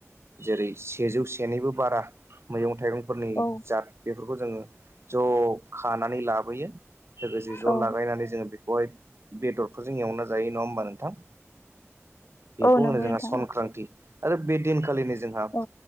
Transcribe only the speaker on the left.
औ
औ
औ नंगौ
नोंथां
औ